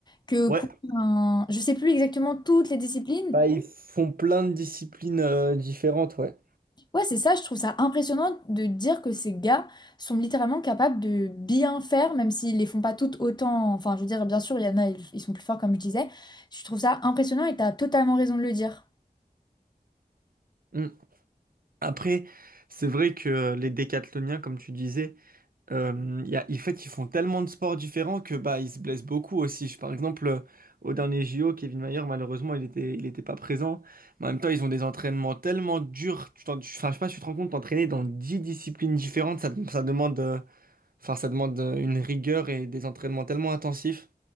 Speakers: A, on the left; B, on the right.
A: que
B: Ouais,
A: courir un... Je sais plus exactement toutes les disciplines.
B: Bah, ils font plein de disciplines euh, différentes, ouais.
A: Ouais, c'est ça, je trouve ça impressionnant de dire que ces gars sont littéralement capables de bien faire, même s'ils les font pas toutes autant. Enfin, je veux dire, bien sûr, il y en a, ils ils sont plus forts, comme je disais. Je trouve ça impressionnant et tu as totalement raison de le dire.
B: Mm. Après, c'est vrai que euh, les décathloniens, comme tu disais, euh, y a- en fait, ils font tellement de sports différents que bah, ils se blessent beaucoup aussi. Je- par exemple, euh, au dernier JO, Kevin Mayer, malheureusement, il était, il était pas présent. Mais en même temps, ils ont des entraînements tellement durs. Tu t'en- tu- enfin, je sais pas, si tu te rends compte, t'entraîner dans 10 disciplines différentes, ça, ça demande, euh, enfin, ça demande euh, une rigueur et des entraînements tellement intensifs.